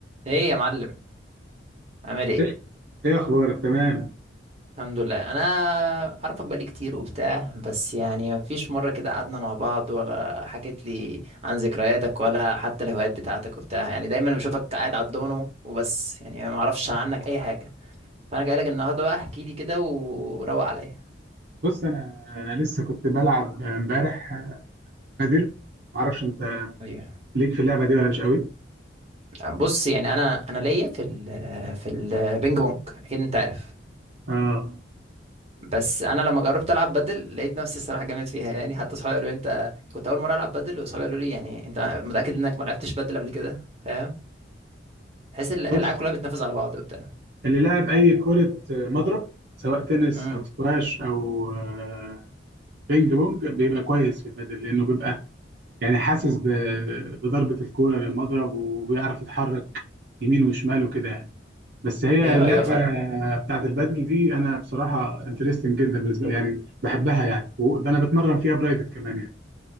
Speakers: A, on the right; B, on the right.
A: ايه يا معلم عامل ايه
B: ايه ايه اخبارك تمام
A: الحمد لله انا عارفك بقالي كتير وبتاع بس يعني مفيش مره كده قعدنا مع بعض ولا حكيت لي عن ذكرياتك ولا حتى الهوايات بتاعتك وبتاع يعني دايما بشوفك قاعد على الدومينو وبس يعني ما اعرفش عنك اي حاجه فانا جاي لك النهارده بقى احكي لي كده وروق عليا
B: بص انا انا لسه كنت بلعب امبارح بادل معرفش انت
A: ايوه
B: ليك في اللعبه دي ولا مش قوي
A: بص يعني انا انا ليا في ال في البينج بونج اكيد انت عارف
B: اه
A: بس انا لما جربت العب بدل لقيت نفسي الصراحه جامد فيها يعني حتى صحابي قالوا لي انت كنت اول مره العب بدل وصحابي قالوا لي يعني انت متاكد انك ما لعبتش بدل قبل كده فاهم تحس الالعاب
B: بص
A: كلها بتنافس على بعض وبتاع
B: اللي لعب اي كره مضرب سواء تنس
A: امم
B: او سكواش او آه، بينج بونج بيبقى كويس في البادل لانه بيبقى يعني حاسس ب- بضربه الكوره للمضرب وبيعرف يتحرك يمين وشمال وكده يعني. بس هي
A: ايوه
B: اللعبه
A: ايوه فعلا
B: بتاعت البادل دي انا بصراحه انترستنج جدا بالنسبه لي يعني بحبها يعني وده انا بتمرن فيها برايفت كمان يعني